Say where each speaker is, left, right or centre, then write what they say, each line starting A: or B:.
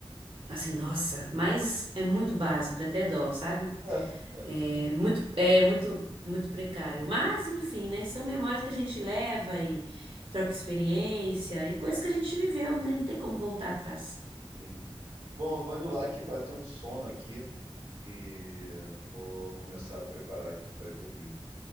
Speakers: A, on the right; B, on the right.
A: assim, nossa, mas é muito básico, dá até dó, sabe?
B: <laughs>
A: Hum. É muito, é muito, muito precário. Mas, enfim, né? São memórias que a gente leva e troca experiência e coisas que a gente viveu, né? Não tem como voltar atrás.
B: Sim. Bom, eu vou indo lá que bateu um sono aqui e eu vou começar a preparar aqui para ir dormir.